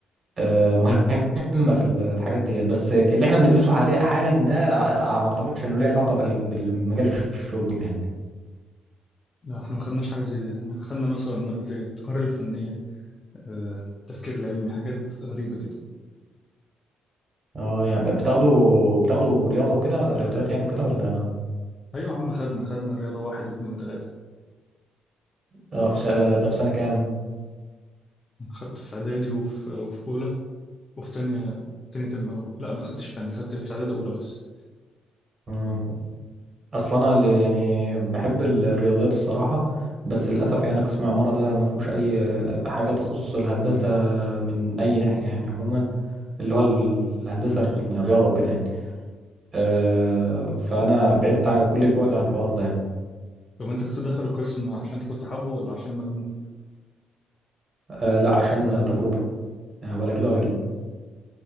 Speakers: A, on the right (about 40°); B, on the left (about 35°).
A: آه، مهمه في ال- الحاجات ديت بس اللي احنا بندرسه حاليا حالا ده ع- ما اعتقدش انه له علاقه بال- بالمجال الشغل يعني
B: لا احنا ما خدناش حاجه زي دي احنا خدنا مثلا ماده زي التقارير الفنيه آه، التفكير العلمي حاجات غريبه كده
A: اه يعني بتاخدوا بتاخدوا رياضه وكده رياضيات يعني وكده ولا
B: ايوه يا عم خدنا خدنا الرياضه واحد واثنين وثلاثه
A: اه في س- ده في سنه كام
B: انا خدت في اعدادي وفي وفي اولى وفي تانية تاني ترم أول لا ما خدتش في تانية خدت في إعدادي وأولى بس
A: مم. اصل انا اللي يعني بحب الرياضيات الصراحه بس للاسف يعني قسم عماره ده ما فيهوش اي حاجه تخص الهندسه من اي ناحيه يعني عموما اللي هو ال- الهندسه الر- يعني الرياضه وكده يعني أه فانا بعدت عن كل البعد عن الحوار ده يعني
B: طب أنت كنت داخل القسم عشان أنت كنت حابه ولا عشان المجموع؟
A: أه لا عشان تجربه يعني ولا كده ولا كده